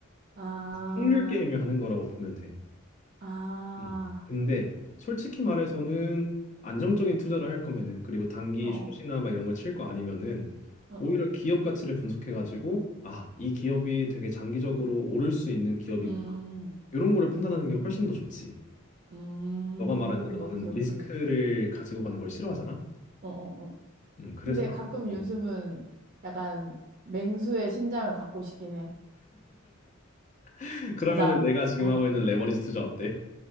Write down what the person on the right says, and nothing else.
아,
아.
어, 어,
어,
어.
음,
음.
오케이,
오케이.
어, 어, 어.
근데
가끔
요즘은 약간 맹수의 신장을 갖고 싶긴 해.
아, 나,
어.